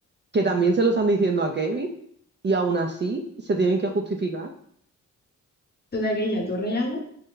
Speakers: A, on the right; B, on the left.
A: que también se lo están diciendo a Kevin y aún así se tienen que justificar.
B: total, que ella todo rayado